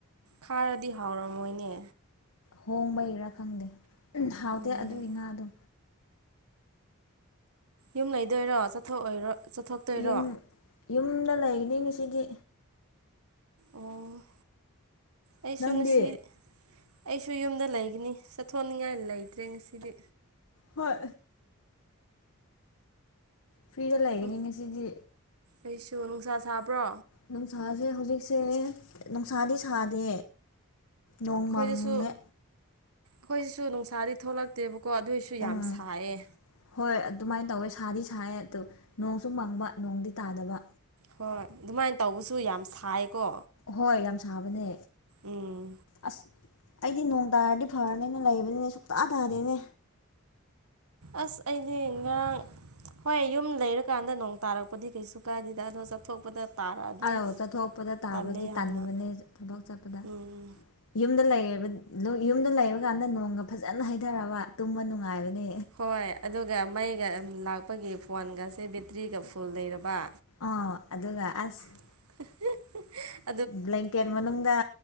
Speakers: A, on the right; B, on the left.
A: ꯈꯥꯔꯗꯤ ꯍꯥꯎꯔꯝꯃꯣꯏꯅꯦ
B: ꯍꯣꯡꯕꯩꯔꯥ ꯈꯪꯗꯦ ꯍꯥꯎꯇꯦ
A: ꯎꯝ
B: ꯑꯗꯨꯒꯤ ꯉꯥꯗꯣ
A: ꯌꯨꯝ ꯂꯩꯗꯣꯏꯔꯣ ꯆꯠꯊꯣꯛꯑꯣꯏꯔꯣ ꯆꯠꯊꯣꯛꯇꯣꯏꯔꯣ
B: ꯌꯨꯝ ꯌꯨꯝꯗ ꯂꯩꯒꯅꯤ ꯉꯁꯤꯗꯤ
A: ꯑꯣ ꯑꯩꯁꯨ
B: ꯅꯪꯗꯤ
A: ꯉꯁꯤ ꯑꯩꯁꯨ ꯌꯨꯝꯗ ꯂꯩꯒꯅꯤ ꯆꯠꯊꯣꯛꯅꯤꯡꯉꯥꯏ ꯂꯩꯇ꯭ꯔꯦ ꯉꯁꯤꯗꯤ
B: ꯍꯣꯏ ꯐ꯭ꯔꯤꯗ ꯂꯩꯒꯅꯤ
A: ꯎꯝ
B: ꯉꯁꯤꯗꯤ
A: ꯑꯩꯁꯨ ꯅꯨꯡꯁꯥ ꯁꯥꯕ꯭ꯔꯣ
B: ꯅꯨꯡꯁꯥꯁꯦ ꯍꯧꯖꯤꯛꯁꯦ ꯅꯨꯡꯁꯥꯗꯤ ꯁꯥꯗꯦ ꯅꯣꯡ
A: ꯈꯣꯏꯗꯁꯨ
B: ꯃꯪꯉꯦ
A: ꯈꯣꯏꯁꯨ ꯅꯨꯡꯁꯥꯗꯤ ꯊꯣꯛꯂꯛꯇꯦꯕꯀꯣ ꯑꯗꯨꯏꯁꯨ ꯌꯥꯝ
B: ꯎꯝ
A: ꯁꯥꯏꯌꯦ
B: ꯍꯣꯏ ꯑꯗꯨꯃꯥꯏ ꯇꯧꯋꯦ ꯁꯥꯗꯤ ꯁꯥꯏꯌꯦ ꯑꯗꯨ ꯅꯣꯡꯁꯨ ꯃꯪꯕ ꯅꯣꯡꯗꯤ ꯇꯥꯗꯕ
A: ꯍꯣꯏ ꯑꯗꯨꯃꯥꯏ ꯇꯧꯕꯁꯨ ꯌꯥꯝ ꯁꯥꯏꯀꯣ
B: ꯍꯣꯏ ꯌꯥꯝ ꯁꯥꯕꯅꯦ
A: ꯎꯝ
B: ꯑꯁ ꯑꯩꯗꯤ ꯅꯣꯡ ꯇꯥꯔꯗꯤ ꯐꯔꯅꯤꯅ ꯂꯩꯕꯅꯤꯅꯦ ꯁꯨꯡꯇꯥ ꯇꯥꯗꯦꯅꯦ
A: ꯑꯁ ꯑꯩꯗꯤ ꯉꯔꯥꯡ ꯍꯣꯏ ꯌꯨꯝ ꯂꯩꯔꯀꯥꯟꯗ ꯅꯣꯡ ꯇꯥꯔꯛꯄꯗꯤ ꯀꯩꯁꯨ ꯀꯥꯏꯗꯦꯗ ꯑꯗꯣ ꯆꯠꯊꯣꯛꯄꯗ ꯇꯥꯔꯛꯑꯗꯤ
B: ꯑꯧ
A: ꯑꯁ
B: ꯆꯠꯊꯣꯛꯄꯗ ꯇꯥꯕꯗꯤ
A: ꯇꯜꯂꯦ ꯌꯥꯝꯅ
B: ꯇꯟꯕꯅꯦ ꯊꯕꯛ ꯆꯠꯄꯗ
A: ꯎꯝ
B: ꯌꯨꯝꯗ ꯂꯩꯔꯕꯥ ꯌꯨꯝꯗ ꯂꯩꯕꯀꯥꯟꯗ ꯅꯣꯡꯒ ꯐꯖꯅ ꯍꯩꯙꯔꯒꯥ ꯇꯨꯝꯕ ꯅꯨꯡꯉꯥꯏꯕꯅꯦ
A: ꯍꯣꯏ ꯑꯗꯨꯒ ꯃꯩꯒ ꯂꯥꯛꯄꯒꯤ ꯐꯣꯟꯒꯁꯦ ꯕꯦꯇ꯭ꯔꯤꯒ ꯐꯨꯜ ꯂꯩꯔꯕ
B: ꯑ ꯑꯗꯨꯒ ꯑꯁ
A: <inaudible>
B: ꯕ꯭ꯂꯦꯡꯀꯦꯠ ꯃꯅꯨꯡꯗ